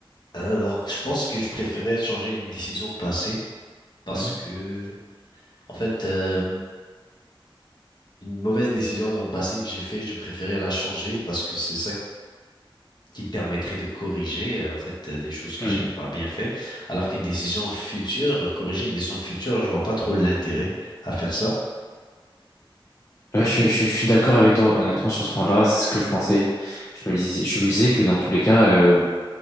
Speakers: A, on the left; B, on the left.
A: Alors, je pense que je préférais changer une décision passée parce
B: Mm.
A: que, en fait, euh, une mauvaise décision dans le passé que j'ai fait, je préférais la changer parce que c'est ça qui permettrait de corriger, euh, en fait, euh, des choses que
B: Mm.
A: j'ai pas bien fait. Alors qu'une décision future, corriger une décision future, je vois pas trop l'intérêt à faire ça.
B: Ouais, je, je- je suis d'accord avec toi, honnêtement, sur ce point-là, c'est ce que je pensais. Je me disais, je me disais que dans tous les cas, euh,